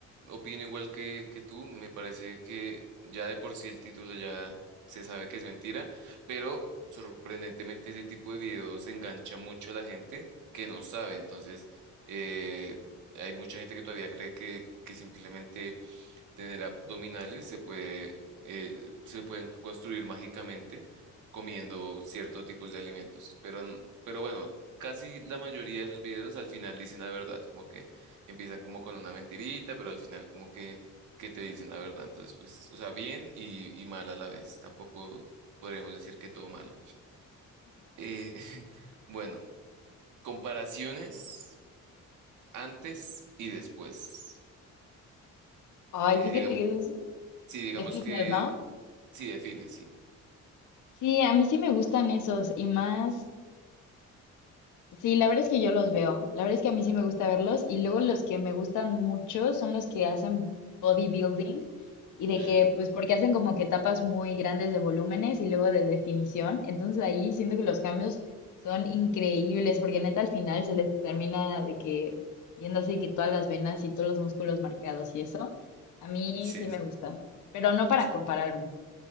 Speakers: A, on the right; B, on the left.
A: opino igual que, que tú, me parece que ya de por sí el título ya se sabe que es mentira, pero sorprendentemente ese tipo de videos engancha mucho a la gente que no sabe, entonces eh, hay mucha gente que todavía cree que, que simplemente tener abdominales se puede, eh, se pueden construir mágicamente comiendo ciertos tipos de alimentos. Pero, n- pero bueno, casi la mayoría de esos videos al final dicen la verdad, como que empiezan como con una mentirita, pero al final como que, que te dicen la verdad. Entonces, pues, o sea, bien y, y mal a la vez. Tampoco podríamos decir que todo malo. Eh, <laughs> bueno, comparaciones antes y después.
B: Ay,
A: Eh,
B: fíjate
A: digamos,
B: que eso es
A: sí, digamos
B: de fitness,
A: que
B: ¿no?
A: sí define, sí.
B: Sí, a mí sí me gustan esos y más Sí, la verdad es que yo los veo. La verdad es que a mí sí me gusta verlos. Y luego los que me gustan mucho son los que hacen bodybuilding. Y de
A: Hmm.
B: que, pues, porque hacen como que etapas muy grandes de volúmenes y luego de definición. Entonces ahí siento que los cambios son increíbles. Porque neta al final se les termina de que viendo así que todas las venas y todos los músculos marcados y eso. A mí
A: Sí,
B: sí me
A: sí,
B: gusta. Pero no para
A: sí,
B: compararme.